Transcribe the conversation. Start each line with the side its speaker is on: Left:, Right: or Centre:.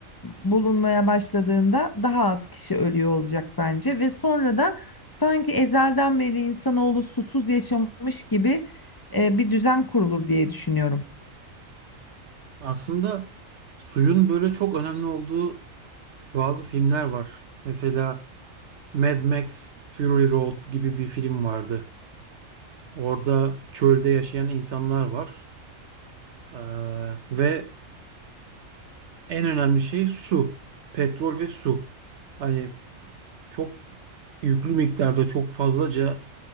Left: bulunmaya başladığında daha az kişi ölüyor olacak bence ve sonra da sanki ezelden beri insanoğlu susuz yaşamış gibi e, bir düzen kurulur diye düşünüyorum.
Right: Aslında suyun böyle çok önemli olduğu bazı filmler var. Mesela Mad Max Fury Road gibi bir film vardı. Orada çölde yaşayan insanlar var. Ee, ve en önemli şey su. Petrol ve su. Hani çok yüklü miktarda çok fazlaca